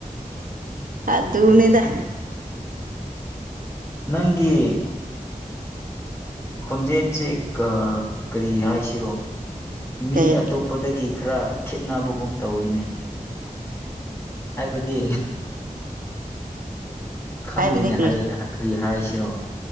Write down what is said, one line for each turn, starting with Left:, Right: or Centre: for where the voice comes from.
Right: ꯑꯗꯨꯅꯤꯅ
Left: ꯎꯝ ꯅꯪꯒꯤ ꯈꯨꯣꯟꯖꯟꯁꯦ ꯀꯔꯤ ꯍꯥꯏꯁꯤꯔꯣ ꯃꯤ
Right: ꯀꯩ
Left: ꯑꯇꯣꯞꯄꯗꯒꯤ ꯈꯔ ꯈꯈꯤꯠꯅꯕꯒꯨꯝ ꯇꯧꯏꯤꯅꯦ ꯍꯥꯏꯕꯗꯤ ꯈꯪꯗꯦꯅꯦ
Right: ꯍꯥꯏꯕꯗꯤ ꯀꯔꯤ
Left: ꯀ꯭ꯔꯤ ꯍꯥꯏꯁꯤꯔꯣ